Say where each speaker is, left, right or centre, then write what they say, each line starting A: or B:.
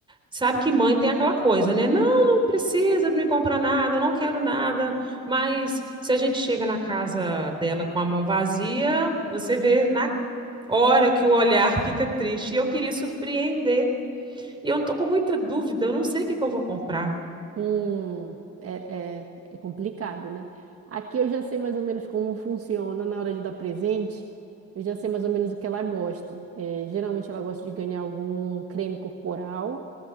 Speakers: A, on the right; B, on the right.
A: Sabe que mãe tem aquela coisa, né? Não, não precisa me comprar nada, eu não quero nada, mas se a gente chega na casa dela com a mão vazia, você vê na hora que o olhar <laughs> fica triste. E eu queria surpreender. E eu tô com muita dúvida, eu não sei o que que eu vou comprar.
B: Hum, é, é, é complicado, né? Aqui eu já sei mais ou menos como funciona na hora de dar presente. Eu já sei mais ou menos o que ela gosta. É, geralmente ela gosta de ganhar algum creme corporal,